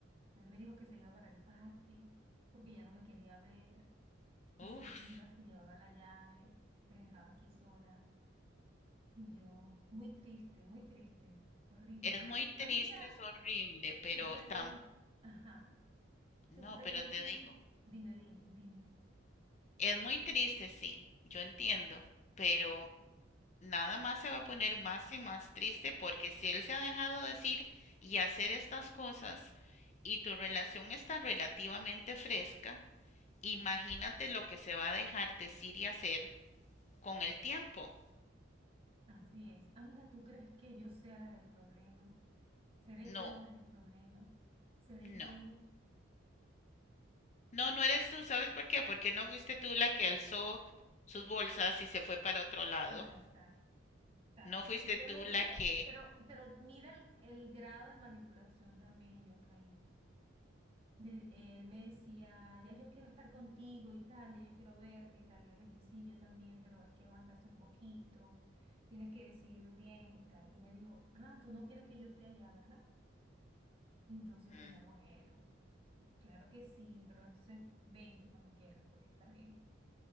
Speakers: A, on the right; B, on the left.
A: Él me dijo que se iba para el parque porque ya no me quería ver y
B: Uf,
A: se iba, se llevaba la llave, me dejaba aquí sola. Y yo, muy triste, muy triste, horrible.
B: es muy
A: Amiga,
B: triste, es horrible, pero
A: te pregunto,
B: tam,
A: ajá,
B: no,
A: te pregunto,
B: pero te
A: una-
B: digo.
A: dime, dime, dime.
B: Es muy triste, sí, yo entiendo, pero nada más se va a poner más y más triste porque si él se ha dejado decir y hacer estas cosas y tu relación está relativamente fresca, imagínate lo que se va a dejar decir y hacer con el tiempo.
A: Así es. Amiga, ¿tú crees que yo sea la del problema? ¿Seré
B: No,
A: yo la del problema? ¿Seré
B: no.
A: yo?
B: No, no eres tú, ¿sabes por qué? Porque no fuiste tú la que alzó sus bolsas y se fue para otro lado.
A: Ah, exacto, exacto.
B: No fuiste
A: Yo
B: tú
A: le dije,
B: la que...
A: pero, pero mira el, el grado de manipulación también y yo caí. Me- él me decía, ya yo quiero estar contigo y tal, ya yo quiero verte y tal. Y yo le dije, sí, yo también, pero hay que aguantarse un poquito, tienes que decidir bien y tal. Y me dijo, ah, tú no quieres que yo esté allá, ¿verdad? Y entonces yo
B: mm,
A: le dije, bueno, claro que sí, pero entonces vente cuando quieras, pues está bien.